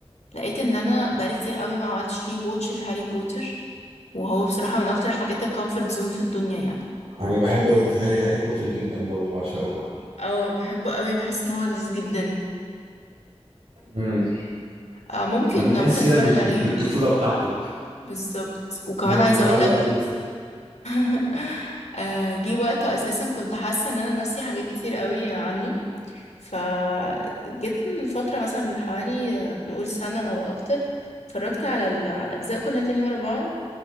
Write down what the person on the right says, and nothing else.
انا بحب هاري هاري بوتر جدا برضه بعشقه بقى
امم
بتحس
كده بت-
بالطفولة بتاعتك
انا
بتعلق
بيه بتفضل